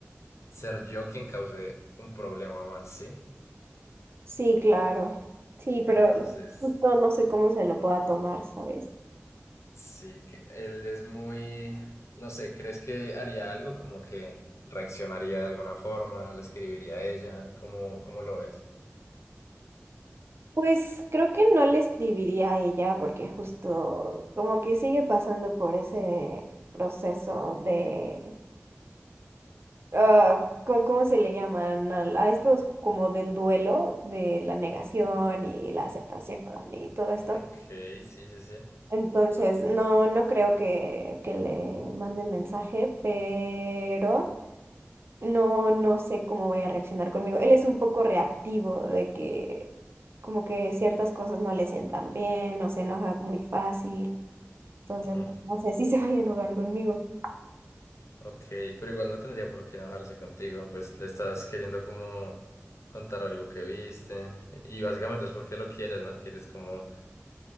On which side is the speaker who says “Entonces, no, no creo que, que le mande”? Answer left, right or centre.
Right